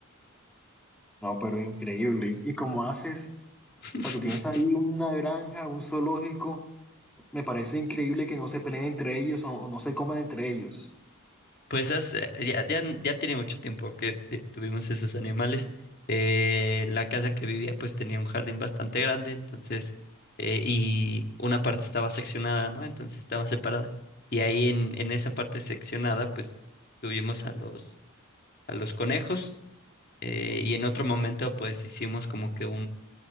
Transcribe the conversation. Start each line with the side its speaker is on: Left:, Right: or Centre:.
Centre: no, pero increíble. Y, y como haces,
Left: <laughs>
Centre: o sea, tú tienes ahí una granja, un zoológico, me parece increíble que no se peleen entre ellos o, o no se coman entre ellos.
Left: Pues has- eh, ya, ya, ya tiene mucho tiempo que te- tuvimos esos animales. Eh, la casa que vivía pues tenía un jardín bastante grande, entonces, eh, y una parte estaba seccionada, ¿no? Entonces estaba separada. Y ahí en, en esa parte seccionada pues tuvimos a los, a los conejos eh, y en otro momento pues hicimos como que